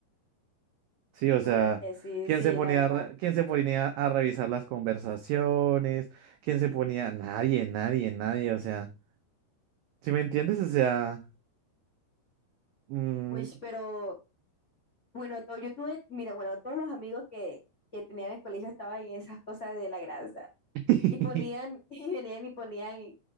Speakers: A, on the right; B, on the left.
A: Sí, o sea,
B: Bueno, es que sí,
A: ¿quién
B: sí,
A: se ponía
B: la verdad.
A: a, re- quién se ponía a revisar las conversaciones? ¿Quién se ponía? Nadie, nadie, nadie, o sea, ¿sí me entiendes? O sea, mm,
B: Uy, pero Bueno, todo, yo tuve, mira, bueno, todos los amigos que, que tenía en el colegio estaban en esas cosas de la grasa.
A: <laughs>
B: Y ponían, <laughs> y venían y ponían